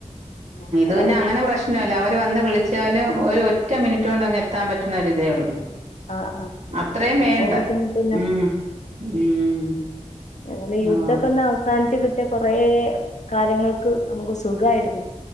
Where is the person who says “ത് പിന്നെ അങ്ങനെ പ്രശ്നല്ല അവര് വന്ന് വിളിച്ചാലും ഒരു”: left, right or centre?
Right